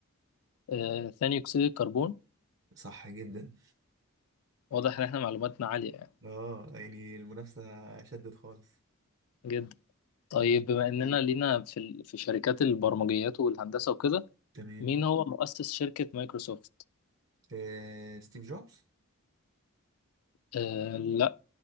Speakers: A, on the left; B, on the right.
A: آه، ثاني أكسيد الكربون
B: صح جدا
A: واضح إن إحنا معلوماتنا عالية يعني
B: آه يعني المنافسة شدت خالص
A: جدا طيب
B: مم.
A: بما إننا لينا في ال... في شركات البرمجيات والهندسة وكده
B: تمام
A: مين هو مؤسس شركة مايكروسوفت؟
B: آه ستيف جوبز
A: آه لا